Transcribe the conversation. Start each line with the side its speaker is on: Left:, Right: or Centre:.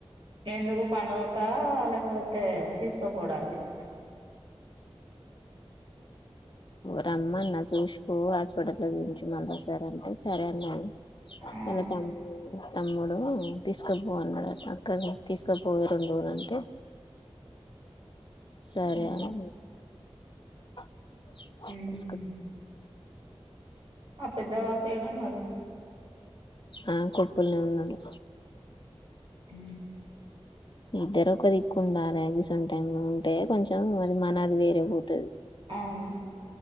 Right: ఎందుకు పడుగుక లేకపోతే తీసుకోపోవడానికా
Left: రమ్మన్న చూసుకో హాస్పిటల్ లో దించ మళ్ళా సర అంటే సరే అన్నది <unintelligible>
Right: ఆ
Left: తమ్ముడు తీసుకుపోన్నాడట అక్క తీసుకుపోయే రెండు ఊరు అంటే సరే
Right: ఆ
Left: అ <inaudible>
Right: ఉమ్
Left: ఇసుక్
Right: ఆ పెద్ద బాపేడు ఉన్నాడు
Left: ఆ కుప్పులనే ఉన్నాడు
Right: హు
Left: ఇద్దరు ఒక దిక్కు ఉండాలి గీసన్ టైంలో ఉంటే కొంచెం అది మన అది వేరే పోతుంది
Right: అవునా